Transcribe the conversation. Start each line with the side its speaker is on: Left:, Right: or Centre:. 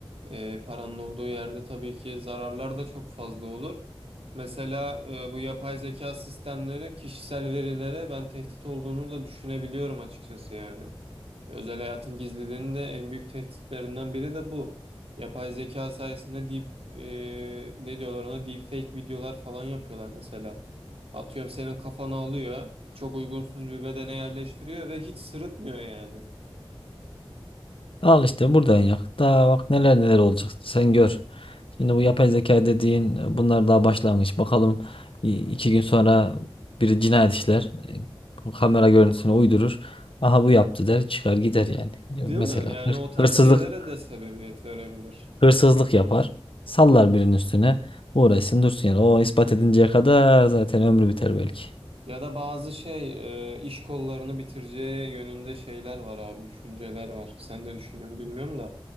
Right: E, paranın olduğu yerde tabii ki zararlar da çok fazla olur. Mesela e, bu yapay zeka sistemleri kişisel verilere ben tehdit olduğunu da düşünebiliyorum açıkçası yani. Özel hayatın gizliliğinin de en büyük tehditlerinden biri de bu. Yapay zeka sayesinde deep, e, ne diyorlar ona deepfake videolar falan yapıyorlar mesela. Atıyorum senin kafanı alıyor, çok uygunsuz bir bedene yerleştiriyor ve hiç sırıtmıyor yani.
Left: Al işte buradan yak. Daha bak neler neler olacak sen gör. Şimdi bu yapay zeka dediğin e, bunlar daha başlangıç. Bakalım i- iki gün sonra biri cinayet işler. e, Kamera görüntüsünü uydurur. Aha bu yaptı der çıkar gider yani. Ya
Right: Değil
Left: Mesela
Right: mi? Yani
Left: hır-
Right: o tarz
Left: hırsızlık
Right: şeylere de sebebiyet verebilir.
Left: hırsızlık yapar. Sallar birinin üstüne. Uğraşsın dursun yani. O ispat edinceye kadar zaten ömrü biter belki.
Right: Ya da bazı şey e, iş kollarını bitireceği yönünde şeyler var abi, düşünceler var. Sen ne düşünüyorsun bilmiyorum da.